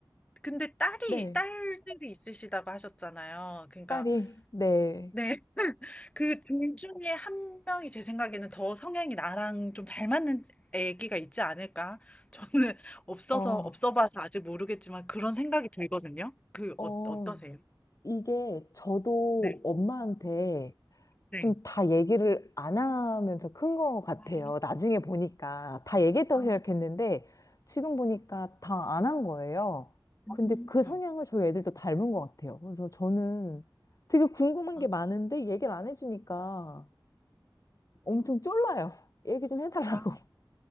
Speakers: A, on the left (about 15°); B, on the left (about 45°).
A: 근데 딸이
B: 네.
A: 딸들이 있으시다고 하셨잖아요. 그러니까
B: 딸이, 네.
A: 네. 그 둘 중에 한 명이 제 생각에는 더 성향이 나랑 좀 잘 맞는 애기가 있지 않을까? 저는 없어서
B: 어.
A: 없어 봐서 아직 모르겠지만 그런 생각이 들거든요. 그
B: 어,
A: 어 어떠세요?
B: 이게 저도
A: 네.
B: 엄마한테
A: 네.
B: 좀 다 얘기를 안 하면서 큰 것 같아요.
A: 아.
B: 나중에 보니까. 다 얘기했다고
A: 아.
B: 생각했는데, 지금 보니까 다 안 한 거예요. 근데
A: 음.
B: 그 성향을 저희 애들도 닮은 것 같아요. 그래서 저는 되게 궁금한
A: 아.
B: 게
A: 아.
B: 많은데, 얘기를 안 해주니까 엄청 쫄라요. <laughs> 얘기 좀 해달라고.
A: 아.
B: <laughs>